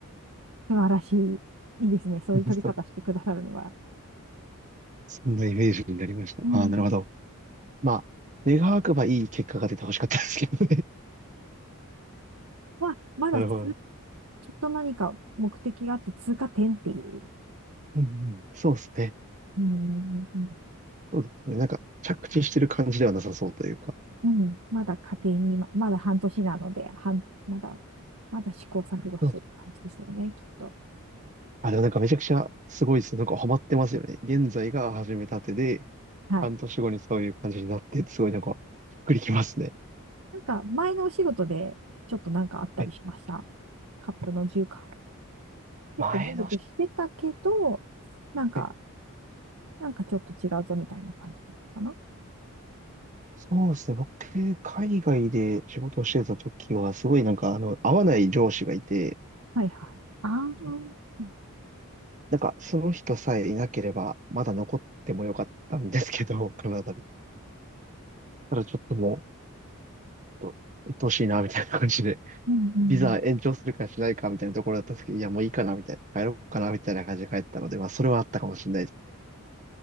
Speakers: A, on the right; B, on the right.
A: 素晴らしい。いいですね。そういう取り方してくださるのは。
B: <laughs> そ、そんなイメージになりました。
A: うん。
B: ああ、なるほど。まあ、願わくばいい結果が出てほしかったですけどね。<laughs>
A: まあ、まだつ、
B: なるほど。
A: きっと何か目的があって通過点っていう
B: うんうん、そうですね。
A: うん。
B: そうですね。なんか、着地してる感じではなさそうというか。
A: うん。まだ家庭に、ま、まだ半年なので、半まだ、まだ試行錯誤してる感じですよね、
B: そうです
A: きっと。
B: あ、でもなんかめちゃくちゃすごいですね。なんかハマってますよね。現在が始めたてで、
A: はい。
B: 半年後にそういう感じになって、すごいなんか、びっくりきますね。
A: なんか、前のお仕事で、ちょっとなんかあったりしました。
B: はい。
A: カップの重化結構満足してたけど、
B: 前のし、
A: なんか、
B: はい。
A: なんかちょっと違うぞみたいな感じなのか
B: そうですね。僕、海外で仕事をしてた時は、すごいなんか、あの、合わない上司がいて、
A: なはいはい。ああ、うんうん
B: なんか、その人さえいなければ、まだ残ってもよかったんですけど、カナダに。ただちょっともう、ちょっと、鬱陶しいな、みたいな感じで。
A: うん。
B: ビザ延長するかしないかみたいなところだったんですけど、いや、もういいかな、みたいな、帰ろうかな、みたいな感じで帰ったので、まあ、それはあったかもしれないです。